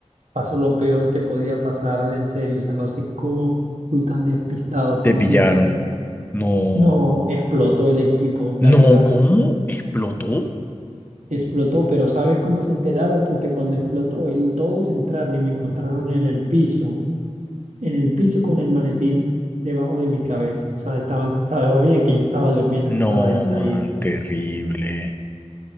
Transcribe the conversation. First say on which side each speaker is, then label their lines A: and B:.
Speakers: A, on the right; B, on the left.
A: pasó lo peor que podía pasar en serio. O sea, no sé cómo fui tan despistado, cómo
B: Te pillaron.
A: fui tan
B: No,
A: No, explotó el equipo, dañó
B: no,
A: la
B: ¿cómo?
A: pared.
B: ¿Explotó?
A: Explotó, pero ¿sabes cómo se enteraron? Porque cuando explotó, el, todos entraron y me encontraron en el piso, en el piso con el maletín debajo de mi cabeza. O sea, estaban, sabían que ya estaba durmiendo, que estaba
B: No,
A: distraído.
B: man, terrible.